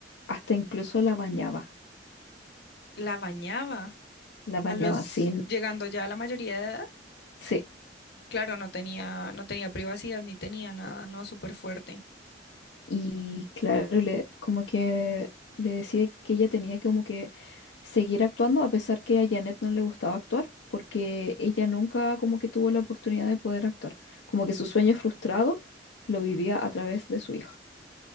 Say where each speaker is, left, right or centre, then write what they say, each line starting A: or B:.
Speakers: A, on the left; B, on the left.
A: hasta incluso la bañaba,
B: la bañaba
A: la bañaba
B: a los,
A: sin...
B: llegando ya a la mayoría de edad.
A: Sí,
B: Claro, no tenía, no tenía privacidad ni tenía nada, ¿no? Súper fuerte.
A: Y claro, le, como que le decía que ella tenía que como que seguir actuando a pesar que a Janet no le gustaba actuar, porque ella nunca como que tuvo la oportunidad de poder actuar. Como que su sueño frustrado lo vivía a través de su hija.